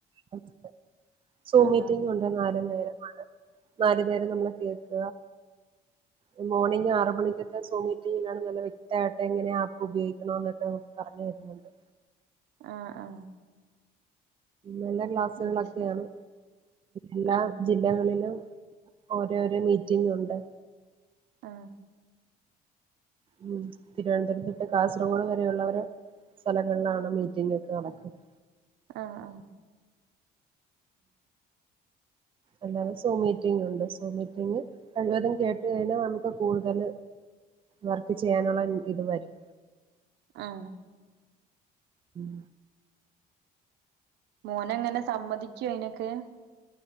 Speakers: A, on the right; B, on the right.
A: <unintelligible> സോമിറ്റിങ്ങുണ്ട്
B: ആ
A: നാലു നേരം നാല് നേരം നമ്മള് കേൾക്ക ഈ മോർണിംഗ് ആറ് മണിക്കത്തെ സോമിറ്റിങ് എങ്ങനെ നല്ല വ്യക്തമായിട്ടെങ്ങന ഉപയോഗിക്കണോന്നൊക്കെ നമുക്ക് പർഞ് തര്ന്നുണ്ട്
B: ആ ആ
A: നല്ല ക്ലാസ്സുകളൊക്കെയാണ്
B: അത് ശരി
A: എല്ലാ
B: ആ
A: ജി ല്ലകളിലും ഓരോരോ മീറ്റിങ്ങുണ്ട്
B: ആ
A: ഉം തിരുവനന്തപുരം തൊട്ട് കാസർഗോഡ് വരെയുള്ളവര് സ്ഥലങ്ങളിലാണ് മീറ്റിങൊക്കെ നടക്കുന്നത്
B: ആ ആ
A: അല്ലാതെ സോമീറ്റിങ്ങുണ്ട് സോമീറ്റിങ് കഴിവതും കേട്ട <unintelligible> നമുക്ക് കൂടുതൽ വർക്ക് ചെയ്യാനുള്ള ഇത് വരും
B: അ ആ
A: ഉം
B: മോനെങ്ങനെ സമ്മതിക്യോ അയ്നൊക്കെ